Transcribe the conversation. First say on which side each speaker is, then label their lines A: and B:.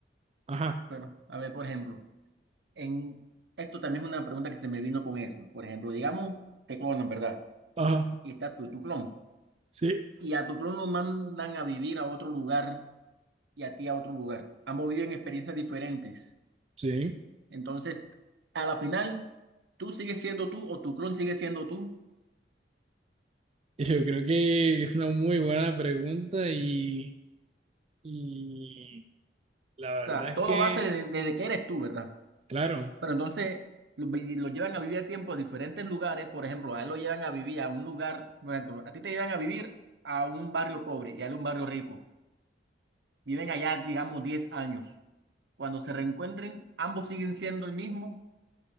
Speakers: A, on the right; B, on the right.
A: ajá.
B: pero, a ver, por ejemplo. En, esto también es una pregunta que se me vino con eso. Por ejemplo, digamos, te clonan, ¿verdad?
A: Ajá.
B: Y está tú, tu clon.
A: Sí.
B: Y a tu clon lo mandan a vivir a otro lugar y a ti a otro lugar. Ambos viven experiencias diferentes.
A: Sí.
B: Entonces, a la final, tú sigues siendo tú o tu clon sigue siendo tú.
A: Y Yo creo que es una muy buena pregunta y, y la verdad
B: O sea,
A: es
B: todo
A: que,
B: va a ser desde, desde que eres tú, ¿verdad?
A: claro.
B: Pero entonces lo, vi- lo llevan a vivir a tiempo a diferentes lugares. Por ejemplo, a él lo llevan a vivir a un lugar, por ejemplo, a ti te llevan a vivir a un barrio pobre y a él a un barrio rico. Viven allá, digamos, 10 años. Cuando se reencuentren, ambos siguen siendo el mismo.